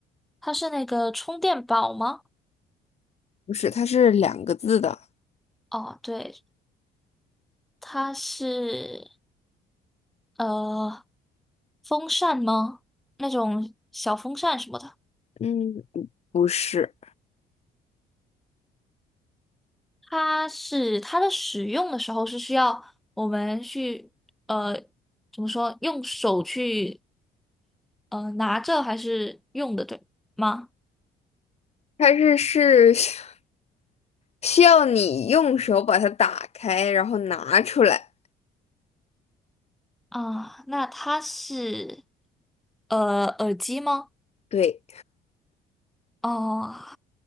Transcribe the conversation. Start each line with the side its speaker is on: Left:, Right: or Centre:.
Centre: 它是那个充电宝吗？
Left: 不是，它是两个字的，
Centre: 哦，对，它是呃风扇吗？那种小风扇什么的。
Left: 嗯，不是，
Centre: 它是它的使用的时候是需要我们去呃怎么说用手去呃拿着还是用的对吗？
Left: 它是是 <laughs> 需要你用手把它打开，然后拿出来，
Centre: 啊，那它是呃耳机吗？
Left: 对，
Centre: 哦，